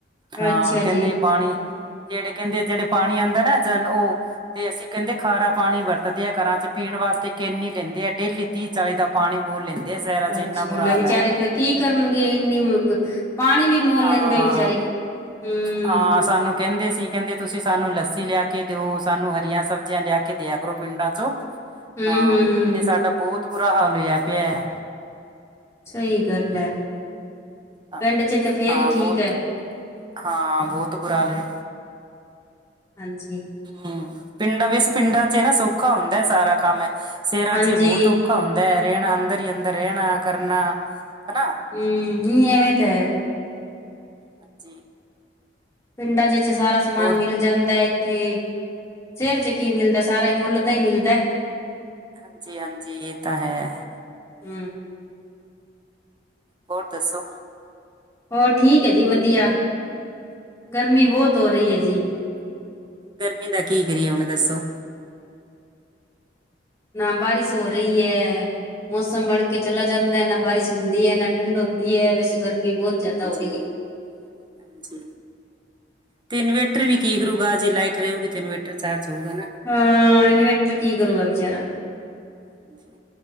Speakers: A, on the right; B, on the left.
A: ਹਾਂ
B: ਅੱਛਾ
A: ਕਹਿੰਦੇ
B: ਜੀ
A: ਪਾਣੀ ਜਿਹੜੇ ਕਹਿੰਦੇ ਜਿਹੜੇ ਪਾਣੀ ਆਉਂਦਾ ਨਾ ਜ ਉਹ ਤੇ ਅਸੀਂ ਕਹਿੰਦੇ ਖਾਰਾ ਪਾਣੀ ਵਰਤਦੇ ਆ, ਘਰਾਂ ਚ ਪੀਣ ਵਾਸਤੇ ਕਿੰਨੀ ਲੈਂਦੇ ਆ ਡੇਲੀ। ਤੀਹ ਚਾਲੀ ਦਾ ਪਾਣੀ ਮੂਲ ਲੈਂਦੇ ਆ, ਸ਼ਹਿਰਾਂ ਚ
B: ਅੱਛਾ
A: ਇੰਨਾ ਬੁਰਾ
B: ਲੈ
A: ਹਾਲ
B: ਵਿਚਾਰੇ
A: ਐ।
B: ਫੇਰ ਕੀ ਕਰਨਗੇ ਇੰਨੀ, ਪਾਣੀ ਵੀ ਮੁਲ
A: ਹਾਂ
B: ਲੈਂਦੇ ਬਿਚਰੇ ਹੂੰ।
A: ਹਾਂ ਸਾਨੂੰ ਕਹਿੰਦੇ ਸੀ, ਕਹਿੰਦੇ ਤੁਸੀਂ ਸਾਨੂੰ ਲੱਸੀ ਲਿਆ ਕੇ ਦਿਓ, ਸਾਨੂੰ ਹਰੀਆਂ ਸਬਜ਼ੀਆਂ ਲਿਆ ਕੇ ਦਿਆ ਕਰੋ ਪਿੰਡਾਂ ਚੋਂ
B: ਹੂੰ
A: ਹਾਂ
B: ਹੂੰ
A: ਤੇ ਸਾਡਾ ਬਹੁਤ ਬੁਰਾ ਹਾਲ ਹੋਇਆ ਪਿਆ।
B: ਸਹੀ ਗੱਲ ਐ,
A: ਹਾਂ
B: ਪਿੰਡ 'ਚ ਤੇ ਫੇਰ ਹੀ ਠੀਕ
A: ਬਹੁਤ
B: ਐ।
A: ਹਾਂ, ਬਹੁਤ ਬੁਰਾ ਐ।
B: ਹਾਂਜੀ
A: ਹੂੰ, ਪਿੰਡਾਂ ਵਿਚ ਪਿੰਡਾਂ ਚ ਨਾ ਸੌਖਾ ਹੁੰਦਾ ਐ, ਸਾਰਾ ਕੰਮ ਹੈ ਸ਼ੇਰਾਂ
B: ਹਾਂਜੀ
A: 'ਚ ਬਹੁਤ ਔਖਾ ਭਾ ਹੁੰਦਾ ਰਹਿਣਾ ਅੰਦਰ ਹੀ ਅੰਦਰ ਰਹਿਣਾ ਕਰਨਾ ਹਨਾ।
B: ਹੂ ਤਾਂ ਹੈ
A: ਹਾਂਜੀ
B: ਪਿੰਡਾਂ ਚ ਸਾਰਾ ਸਮਾਨ
A: ਹੋਰ
B: ਮਿਲ ਜਾਂਦਾ ਇੱਥੇ ਸ਼ਹਿਰ ਚ
A: ਹਾਂਜੀ
B: ਕੀ ਮਿਲਦਾ ਸਾਰਾ ਹੀ ਮੁੱਲ ਦਾ ਹੀ ਮਿਲਦਾ।
A: ਹਾਂਜੀ ਹਾਂਜੀ ਇਹ ਤਾਂ ਹੈ।
B: ਹੂ।
A: ਹੋਰ ਦੱਸੋਂ?
B: ਹੋਰ ਠੀਕ ਐ ਜੀ ਵਧੀਆ, ਗਰਮੀ ਬਹੁਤ ਹੋ ਰਹੀ ਐ ਜੀ।
A: ਗਰਮੀ ਦਾ ਕੀ ਕਰੀਏ ਹੁਣ ਦੱਸੋਂ?
B: ਨਾ ਬਾਰਿਸ਼ ਹੋ ਰਹੀ ਐ। ਮੌਸਮ ਬਣ ਕੇ ਚਲਾ ਜਾਂਦਾ ਐ, ਨਾ ਬਾਰਿਸ਼ ਹੁੰਦੀ ਐ ਨਾ ਠੰਡ ਹੁੰਦੀ ਐ, ਵੈਸੇ ਗਰਮੀ ਬਹੁਤ ਜ਼ਿਆਦਾ
A: ਹਾਂਜੀ
B: ਹੋ ਰਹੀ ਹੈ
A: ਹਾਂਜੀ। ਤੇ ਇਨਵੇਟਰ ਵੀ ਕੀ ਕਰੂਗਾ, ਜੇ ਲਾਈਟ ਰਹੇਗੀ ਤੇ ਇਨਵੇਟਰ ਚਾਰਜ ਹੋਊਗਾ ਨਾ।
B: ਹਾਂ ਆ, ਇਨਵੇਟਰ ਕੀ ਕਰੂਗਾ ਵਿਚਾਰਾਂ।
A: ਹਾਂਜੀ